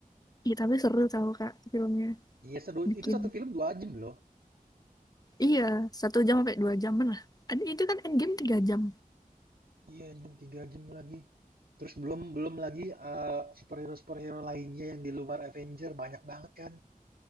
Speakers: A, on the left; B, on the right.
A: iya tapi seru tau kak filmnya
B: Iya, seru.
A: bikin
B: Itu satu film dua jam loh.
A: iya satu jam sampai dua jaman lah itu kan Endgame tiga jam
B: Iya, jam 3 jam lagi. Terus belum belum lagi eee, superhero-superhero lainnya yang di luar Avenger banyak banget kan.